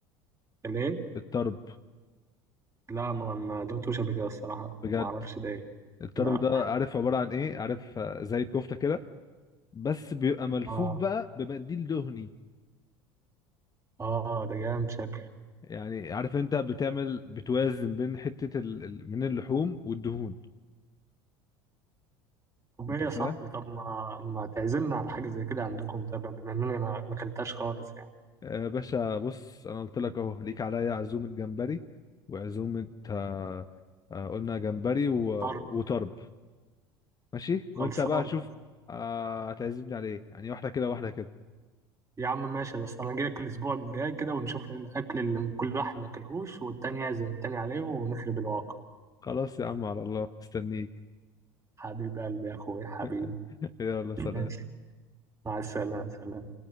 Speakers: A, on the right (about 25°); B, on the left (about 30°).
A: ليه؟
B: الطرب
A: لا ما ما دقتوش قبل كده الصراحة
B: بجد
A: ما أعرفش ده إيه
B: الطرب
A: لا
B: ده عارف عبارة عن ايه عارف آه، زي الكفتة كده بس بيبقى ملفوف
A: آه
B: بقى بمنديل دهني
A: آه ده جامد شكله
B: يعني عارف انت بتعمل بتوازن بين حتة ال... ال- من اللحوم والدهون
A: طب
B: انت
A: ايه
B: فاهم
A: يا صاحبي طب ما ما تعزمنا على حاجة زي كده عندكم طيب بما انني ما ما اكلتهاش خالص يعني
B: آه، يا باشا بص انا قلت لك اهو ليك عليا عزومة جمبري وعزومة آه، آه، قلنا جمبري و...
A: طر
B: وطرب ماشي
A: خلصانة
B: وانت بقى تشوف آه، هتعزمني على ايه يعني واحدة كده واحدة كده
A: يا عم ماشي بس انا اجيلك الاسبوع الجاي كده ونشوف الاكل اللي من كل واحد ما اكلهوش والتاني يعزم التاني عليه ونخرب الواقع
B: خلاص يا عم على الله استنيك
A: حبيب قلبي يا اخويا حبيبي
B: <laughs> يلا سلام
A: ماشي مع السلامة سلام